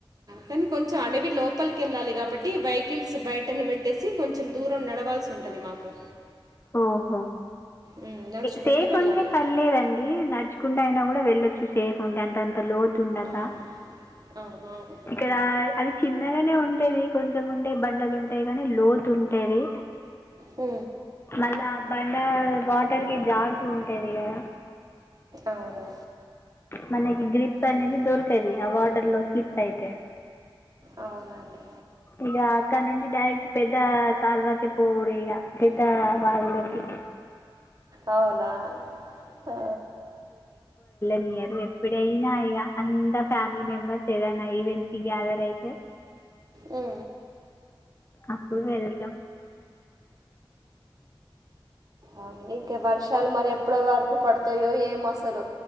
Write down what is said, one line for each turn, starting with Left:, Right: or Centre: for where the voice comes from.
Right: కానీ కొంచెం అడవి లోప్ లోప్పలికెళ్ళాలి కాబట్టి వెహికల్స్ బయటను పెట్టేసి కొంచెం దూరం నడవాల్సి ఉంటుంది మాకు
Left: ఓహో
Right: ఉమ్, నడుచుకుంటూ
Left: సేఫ్
Right: వెళ్ళాలి
Left: ఉంటే పర్లేదండి నడ్చ్ కుంట అయినా కూడా వెళ్ళొచ్చు సేఫ్ ఉంటే అంటె అంత లో తు ఉన్డక
Right: అవును అవునవును
Left: ఇక్కడ అది చి అనగానే ఉంటది కొంచెం ఉంటయి బండలు ఉంటాయి కాని లోతు ఉంటది
Right: ఉ
Left: మళ్ళా బండ వాటర్కి జారుతూ ఉంటది కదా
Right: అవును
Left: మనకి గ్రిప్ అనేది
Right: ఉమ్,
Left: దొరకది ఆ వార్డర్ లో స్లిప్ అయితే
Right: అవునండి
Left: ఇక అక్కడ నుండి డైరెక్ట్ పెద్ద కాల్వాకి పోవుడే ఇగ పెద్ద వాగులోకి
Right: అవునా ఆ
Left: న్ ఇయర్ ఎప్పుడైనా ఇగ అంత ఫ్యామిలీ మెంబెర్స్ ఏదైనా ఈవెంట్ కి గ్యాదర్ అయితే
Right: ఉ ఉ
Left: అప్పుడు వెళ్తం
Right: అవును ఇంకా వర్షాలు మన ఎప్పటి వరకు పడతాయో ఏం అసలు